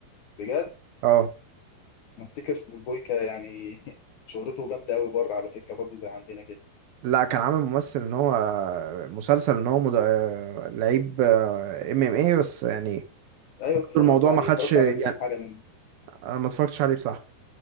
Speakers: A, on the left (about 70°); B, on the right (about 70°).
A: بجد
B: اه
A: نفتكر بويكا يعني <laughs> شهرته جامده قوي بره على فكره برضو زي عندنا كده
B: لا كان عامل ممثل ان هو آه، مسلسل ان هو مد... آه، لعيب آه، ام ام اي بس يعني
A: ايوه اتفرجت
B: الموضوع
A: عليه
B: ما خدش
A: اتفرجت
B: يعني
A: على كام حاجه منه
B: انا ما اتفرجتش عليه بصراحة